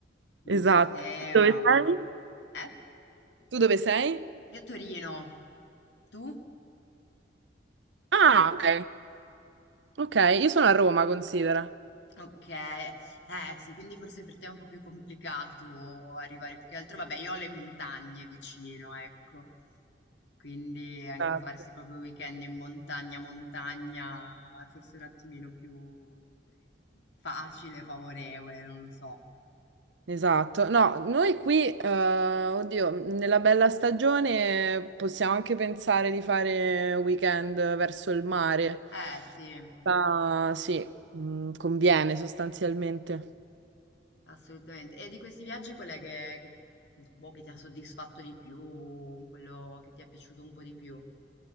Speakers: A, on the left (about 70°); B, on the right (about 75°).
A: Non
B: Esatto.
A: so te,
B: Dove
A: ma
B: sei?
A: proprio... Eh?
B: Tu dove sei?
A: Io a Torino. Tu?
B: Ah, ok. Ok, io sono a Roma, considera.
A: Okay. Eh sì, quindi forse per te è un po' più complicato arrivare più che altro vabbè io ho le montagne vicino, ecco. Quindi anche
B: Esatto.
A: farsi proprio weekend in montagna, montagna è forse un attimino più facile, favorevole, non lo so.
B: Esatto. No, noi qui, eh, oddio, nella bella stagione possiamo anche pensare di fare weekend verso il mare.
A: Eh sì,
B: Ma sì, mm, conviene sostanzialmente.
A: assolutamente. E di questi viaggi qual è che, che- boh, che ti ha soddisfatto di più, quello che ti è piaciuto un po' di più?